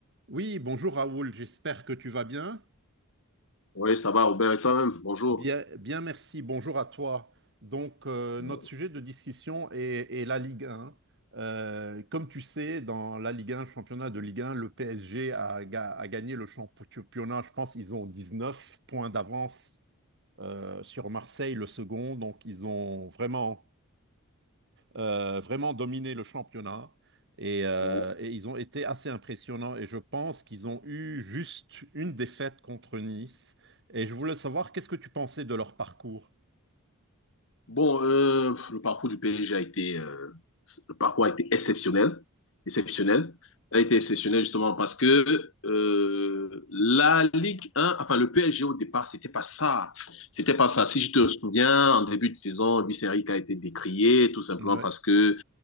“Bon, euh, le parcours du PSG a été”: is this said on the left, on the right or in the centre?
Left